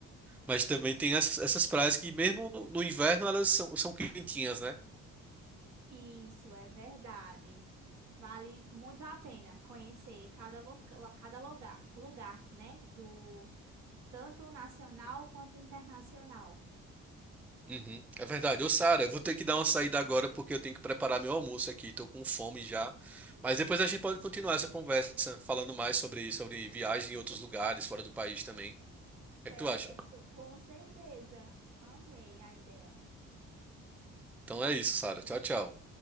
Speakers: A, in the centre; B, on the right.
A: Mas também tem essas, essas praias que mesmo no, no inverno elas são, são quentinhas, né?
B: Isso é verdade. Vale muito a pena conhecer cada, loca- cada lugar, lugar, né? Do tanto nacional quanto internacional.
A: Uhum, é verdade. Ô, Sara, eu vou ter que dar uma saída agora porque eu tenho que preparar meu almoço aqui. Tô com fome já. Mas depois a gente pode continuar essa conversa falando mais sobre sobre viagem em outros lugares, fora do país também. O que
B: Certo,
A: é que tu acha?
B: com certeza. Amei a ideia.
A: Então é isso, Sara. Tchau, tchau.